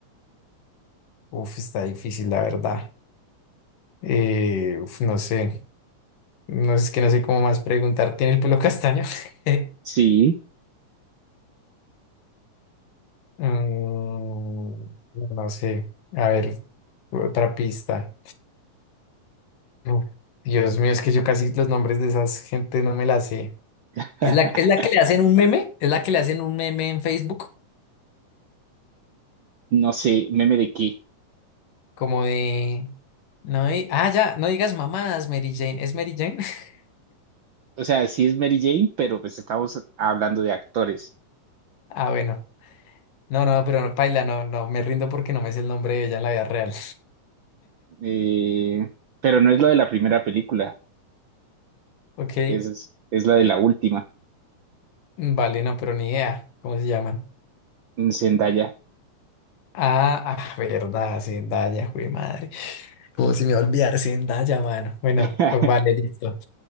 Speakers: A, on the left; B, on the right.
A: Uf, está difícil, la verdad. Eh, uf, no sé. No es que no sé cómo más preguntar. ¿Tiene el pelo castaño? <laughs>
B: sí.
A: Mm, no sé. A ver, otra pista. Uf, Dios mío, es que yo casi los nombres de esas gente no me las sé.
B: <laughs>
A: ¿Es la, es la que le hacen un meme? ¿Es la que le hacen un meme en Facebook?
B: No sé, meme de qué.
A: Como de. No, di- ah, ya, no digas mamadas, Mary Jane. ¿Es Mary Jane? <laughs>
B: O sea, sí es Mary Jane, pero pues estamos hablando de actores.
A: Ah, bueno. No, no, pero no, paila, no, no, me rindo porque no me sé el nombre de ella en la vida real.
B: Eh, pero no es la de la primera película,
A: Ok,
B: es, es la de la última,
A: mm, vale, no, pero ni idea. ¿Cómo se llaman?
B: Zendaya.
A: Ah, ah, verdad, Zendaya, güey, madre. ¿Cómo se me va a olvidar Zendaya, mano? Bueno,
B: <laughs>
A: pues vale, listo.